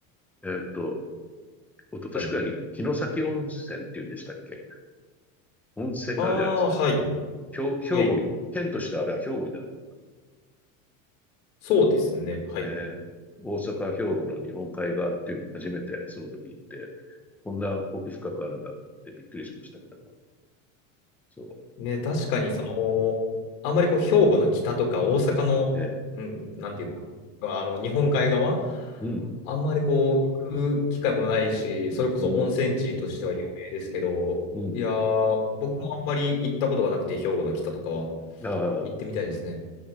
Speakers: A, in the centre; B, on the left.
A: えっと、一昨年くらいに城崎温泉って言うんでしたっけ
B: はい。
A: 温泉があるじゃないですか。
B: ああ、はい、
A: 兵、
B: はい。
A: 兵庫に、県としてはあれは兵庫になるんだ。
B: そうですね、
A: そ
B: はい。
A: う。えー大阪、兵庫の日本海側っていうのを初めてその時行って、こんな奥深くあるんだと思ってびっくりしましたけども。そ
B: ね、確かに、その、あんまりこう、兵庫の北とか大阪の、
A: う。えー
B: うん、なんていうか、あの、日本海側、
A: うん、
B: あんまりこう、行く機会もないし、それこそ温泉地としては有名ですけど、
A: うん、うん。
B: いやー、僕もあんまり行ったことがなくて、兵庫の北とかは
A: ああ、
B: 行ってみたいですね。